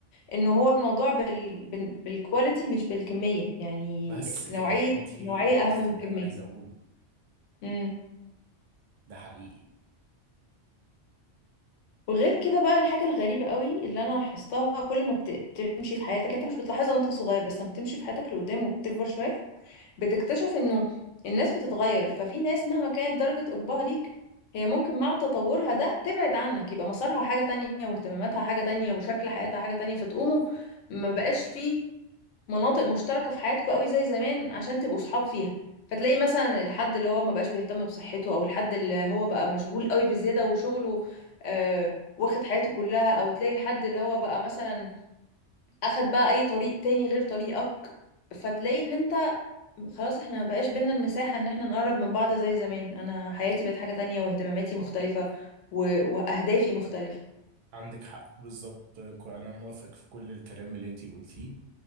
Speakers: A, on the left; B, on the right.
A: انه هو الموضوع بال... بال... بالكواليتي مش بالكمية يعني
B: بس كده
A: نوعية
B: انت لخصتي
A: نوعية اهم من الكمية
B: اللي انا عايز اقوله
A: امم
B: ده حقيقي
A: وغير كده بقى الحاجة الغريبة قوي اللي انا لاحظتها كل ما بت... بتمشي في حياتك انت مش بتلاحظها وانت صغير بس لما بتمشي في حياتك لقدام وبتكبر شوية بتكتشف انه الناس بتتغير ففي ناس مهما كانت درجة قربها ليك هي ممكن مع تطورها ده تبعد عنك يبقى مسارها حاجة تانية واهتماماتها حاجة تانية وشكل حياتها حاجة تانية فتقوموا ما بقاش في مناطق مشتركة في حياتكم قوي زي زمان عشان تبقوا صحاب فيها فتلاقي مثلا الحد اللي هو ما بقاش بيهتم بصحته او الحد اللي هو بقى مشغول قوي بزيادة وشغله آه واخد حياته كلها او تلاقي الحد اللي هو بقى مثلا اخد بقى اي طريق تاني غير طريقك فتلاقي ان انت خلاص احنا ما بقاش بينا المساحة ان احنا نقرب من بعض زي زمان انا حياتي بقت حاجة تانية واهتماماتي مختلفة و... واهدافي مختلفة
B: عندك حق بالظبط كو- انا موافقك في كل الكلام اللي انت قلتيه